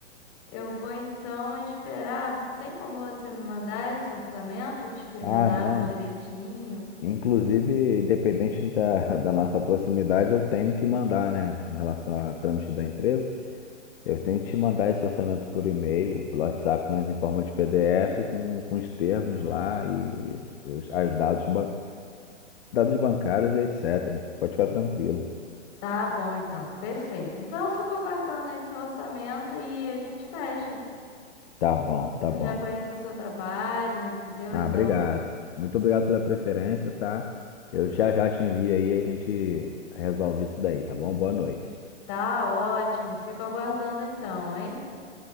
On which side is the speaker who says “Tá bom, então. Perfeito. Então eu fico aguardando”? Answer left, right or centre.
Left